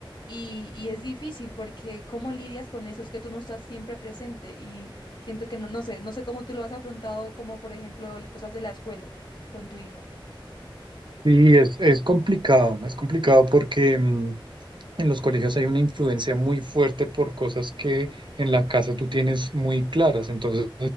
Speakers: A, on the left; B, on the right.
A: y, y es difícil porque ¿cómo lidias con eso? Es que tú no estás siempre presente y siento que no, no sé, no sé cómo tú lo has afrontado, como por ejemplo l- cosas de la escuela con tu hija.
B: Sí, es, es complicado, es complicado porque mm, En los colegios hay una influencia muy fuerte por cosas que en la casa tú tienes muy claras. Entonces,